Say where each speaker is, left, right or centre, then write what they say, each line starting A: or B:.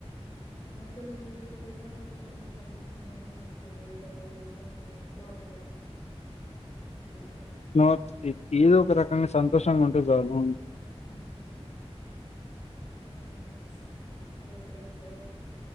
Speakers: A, on the left (about 35°); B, on the left (about 85°).
A: <inaudible> మంచోళ్ళని ఇయ్యక పోయినా వీళ్ళు కొంచెం సంతోషంగా ఉన్నా మంచిగుండు వీళ్ళని ఒదిలేసి అయినా ఎట్లా ఒక రకంగా అనుకుంటాంది
B: నాట్ ఏ ఏదో ఒక రకంగా సంతోషంగా ఉంటే జాలు
A: హూ కనీ ప్చ్ అది ఎప్పుడైతదో